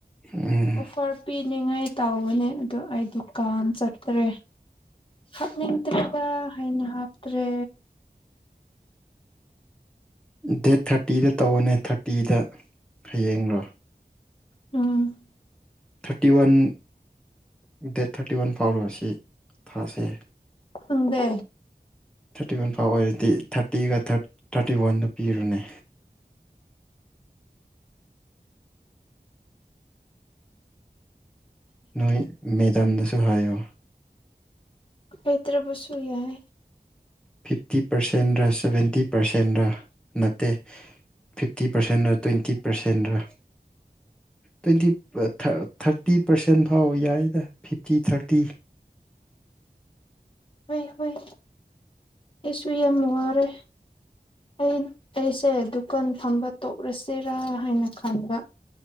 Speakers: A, in the centre; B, on the left (about 30°).
A: ꯎꯝ
B: ꯑꯣꯐꯔ ꯄꯤꯅꯤꯡꯉꯥꯏ ꯇꯥꯎꯕꯅꯦ ꯑꯗꯣ ꯑꯩ ꯗꯨꯀꯥꯟ ꯆꯠꯇ꯭ꯔꯦ ꯍꯥꯞꯅꯤꯡꯗꯇꯔ꯭ꯦꯗ ꯍꯥꯏꯅ ꯍꯥꯞꯇ꯭ꯔꯦ
A: ꯗꯦꯠ ꯊꯥꯔꯇꯤꯗ ꯇꯧꯕꯅꯦ ꯊꯥꯔꯇꯤꯗ ꯍꯌꯦꯡꯂꯣ
B: ꯎꯝ
A: thirty one date thirty one ꯐꯥꯎꯔꯁꯤ ꯊꯥꯁꯦ
B: ꯈꯪꯗꯦ
A: ꯊꯥꯔꯇꯤ ꯋꯥꯟ ꯐꯥꯎ ꯑꯣꯏꯔꯗꯤ ꯊꯥꯔꯇꯤꯒ ꯊꯥꯔꯇꯤ ꯋꯥꯟꯗ ꯄꯤꯔꯅꯤ ꯅꯣꯏ ꯃꯦꯗꯥꯗꯁꯨ ꯍꯥꯏꯌꯣ
B: ꯍꯥꯏꯗꯔ꯭ꯕꯁꯨ ꯌꯥꯏ
A: ꯐꯤꯐꯇꯤ ꯄꯥꯔꯁꯦꯟꯂꯥ ꯁꯚꯦꯟꯇꯤ ꯄꯥꯔꯁꯦꯟꯂꯥ ꯅꯠꯇꯦ ꯐꯤꯞꯇꯤ ꯄꯥꯔꯁꯦꯟꯂꯥ ꯇ꯭ꯋꯦꯟꯇꯤ ꯄꯥꯔꯁꯦꯟꯂꯥ ꯇ꯭ꯋꯦꯟꯇꯤ ꯊꯥꯔꯇꯤ ꯄꯥꯔꯁꯦꯟ ꯐꯥꯎ ꯌꯥꯏꯗ ꯐꯤꯐꯇꯤ ꯊꯥꯔꯇꯤ
B: ꯍꯣꯏ ꯍꯣꯏ ꯑꯩꯁꯨ ꯌꯥꯝ ꯋꯔꯦ ꯑꯩ ꯑꯩꯁꯦ ꯗꯨꯀꯥꯟ ꯐꯝꯕ ꯇꯣꯛꯂꯁꯤꯔꯥ ꯍꯥꯏꯅ ꯈꯟꯕ